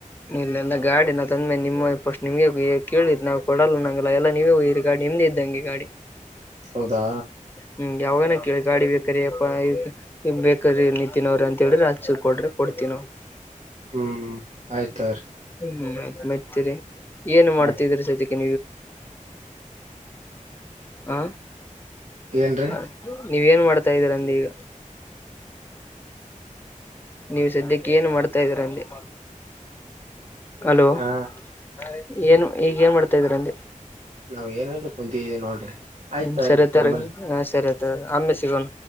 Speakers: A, on the left; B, on the right.
A: ಇಲ್ಲ ನನ್ನ ಗಾಡಿ ನಾನ್ ತಂದ್ಮೇಲೆ ನಿಮ್ಮ ಪಸ್ಟ್ ನಿಮ್ಗೆ ಕೇಳಿರಿ ನಾವು ಕೊಡಲ್ಲ ನಂಗಲ್ಲ ಎಲ್ಲ ನೀವೆ ಹೊಯಿರಿ. ಗಾಡಿ ನಿಮ್ದೇ ಇಂದಗೆ ಗಾಡಿ.
B: ಹೌದಾ
A: ಹ್ಮ್ ಯಾವಾಗನ ಕೇಳಿ ಗಾಡಿ ಬೇಕಾರೆ ಯಪ್ಪ ಈ ಬೇಕ್ರ ನಿತಿನ್ ಅವ್ರ ಅಂತ ಹೇಳ್ರಿ ಅತ್ ಕೊಡ್ರೆ ಕೊಡ್ತೀವಿ ನಾವು.
B: ಹ್ಮ್ ಆಯ್ತ್ ತಗೊರಿ.
A: ಹ್ಮ್ ಆಯ್ತ್ ಮ್ತಿರಿ ಏನ್ ಮಾಡ್ತಿದ್ರಿ
B: ಆಯ್ತ್
A: ಸದಿಕಿ. ಆ
B: ಏನ್ರೀ
A: ಹ ನೀವೇ ಏನ್ ಮಾಡ್ತಾ ಇದ್ದೀರಾ ಅಂದೀಗ. ನೀವು ಸದ್ಯಕ್ಕೆ ಏನು ಮಾಡ್ತಾ ಇದೀರ ಅಂದೆ. ಹಲೋ
B: ಹಾ
A: ಹ ರೀ ಏನು ಈಗ ಏನ್ ಮಾಡ್ತಾ ಇದೀರ ಅಂದೆ.
B: ನಾವ್ ಏನ್ನೀಲ್ಲ ಕುಂತಿದೀವಿ ನೋಡ್ರಿ ಆಯ್
A: ಹ್ಮ್
B: ತಗರೀ
A: ಸರಿ ತಗರಿ
B: ಆಮೇಲ್
A: ಹಾ ಸರಿ ಆಯ್ತ್ ಆಮ್ಮೆಲ್ ಸಿಗೋಣ